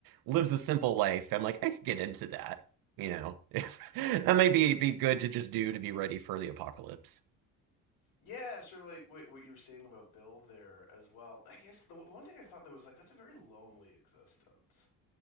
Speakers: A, on the right; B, on the left.
A: lives a simple life. I'm like, I could get into that, you know. <laughs> That may be be good to just do to be ready for the apocalypse.
B: Yeah, sort of like what, what you were saying about Bill there as well. I guess the, the one thing I thought that was like that's a very lonely existence.